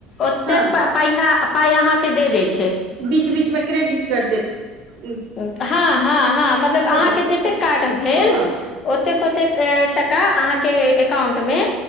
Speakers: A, on the left; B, on the right.
A: ओतेक
B: हँ
A: पहिला पाइ आहाँ के दे देत
B: बीच बीचमे क्रेडिट कर देब
A: हँ हँ हँ मतलब अहाँके
B: बहुत
A: जतेक कार्ड भेल
B: हँ
A: ओतेक ओतेक टाका अहाँके एकाउंट मे